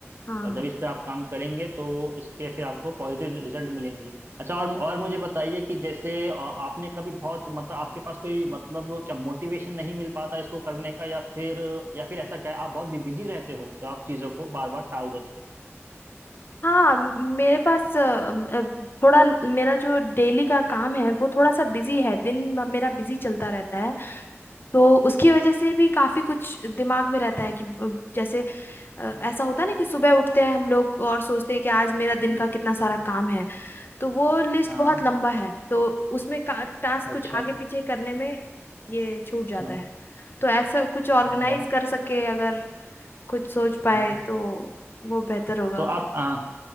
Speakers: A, on the left; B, on the right.
A: हाँ
B: और जब इस पे आप काम करेंगे तो इसके फिर आपको पॉजिटिव रिजल्ट मिलेंगे ही। अच्छा और और मुझे बताइए कि जैसे अ, आपने कभी बहुत मतलब आपके पास कोई मतलब क्या मोटिवेशन नहीं मिल पाता इसको करने का या फिर या फिर ऐसा क्या है आप बहुत बिजी रहते हो जो आप चीज़ों को बार बार टाल देते हो
A: हाँ म- मेरे पास अ, अ, थोड़ा ल- मेरा जो डेली का काम है वो थोड़ा सा बिजी है दिन म- मेरा बिजी चलता रहता है तो उसकी वजह से भी काफी कुछ दिमाग में रहता है कि ब- जैसे अ,
B: हम्म,
A: ऐसा होता है ना कि सुबह उठते हैं हम लोग और सोचते हैं कि आज मेरा दिन
B: हम्म,
A: का कितना सारा
B: हम्म।
A: काम है तो वो लिस्ट
B: हाँ
A: बहुत लंबा है तो उसमें का- टास्क
B: अच्छा
A: कुछ आगे पीछे करने में ये छूट जाता
B: हाँ
A: है तो ऐसा कुछ ऑर्गेनाइज
B: हाँ
A: कर सके अगर कुछ सोच पाए
B: हाँ
A: तो वो बेहतर होगा
B: तो आप आ,